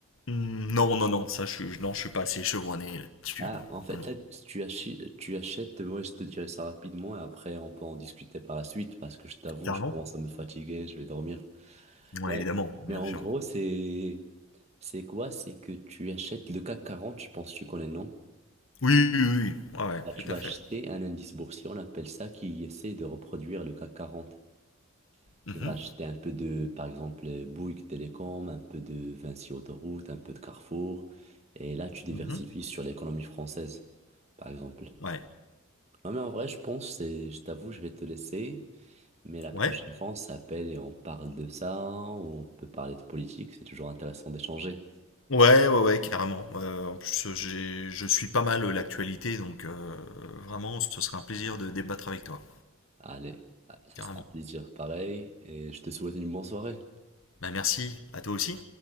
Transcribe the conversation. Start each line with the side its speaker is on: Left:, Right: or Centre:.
Left: Mm, non non non ça je suis non je suis pas assez chevronné là-dessus
Right: Ah,
Left: non
Right: en fait,
Left: non, non.
Right: là, tu achètes, tu achètes, ouais, je te dirai ça rapidement et après, on peut en discuter par la suite parce que je t'avoue,
Left: carrément
Right: je commence à me fatiguer, je vais dormir.
Left: ouais
Right: Ouais,
Left: évidemment
Right: mais
Left: bien
Right: en
Left: sûr
Right: gros, c'est, c'est quoi? C'est que tu achètes le CAC quarante je pense que tu connais, non?
Left: oui oui oui ouais, ouais,
Right: Bah, tu
Left: tout
Right: vas
Left: à
Right: acheter
Left: fait
Right: un indice boursier, on appelle ça, qui essaie de reproduire le CAC 40,
Left: Mhm.
Right: qui va acheter un peu de, par exemple, Bouygues Télécom, un peu de Vinci Autoroute, un peu de Carrefour, et là, tu diversifies
Left: Mhm.
Right: sur l'économie française, par exemple.
Left: ouais
Right: Non, mais en vrai, je pense, c'est, je t'avoue, je vais te laisser, mais la
Left: ouais
Right: prochaine fois, on s'appelle et on parle de ça, ou on peut parler de politique, c'est toujours intéressant d'échanger.
Left: Ouais, ouais, ouais, carrément. Euh, en plus, euh, j'ai, je suis pas mal euh, l'actualité, donc euh, vraiment, ce serait un plaisir de débattre avec toi,
Right: Allez, ça
Left: carrément.
Right: sera un plaisir pareil, et je te souhaite une bonne soirée.
Left: Bah, merci, à toi aussi.